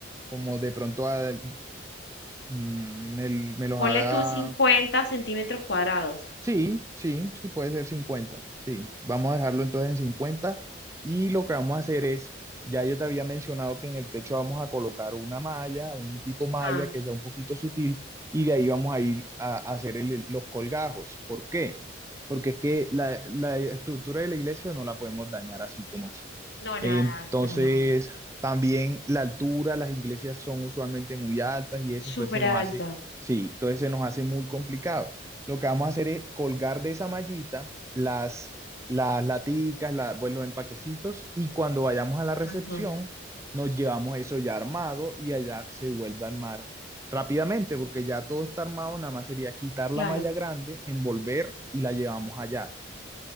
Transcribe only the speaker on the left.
Ponle
tú 50 centímetros cuadrados.
Ah,
No,
nada, para nada.
Súper
alta.
Ajá,
claro.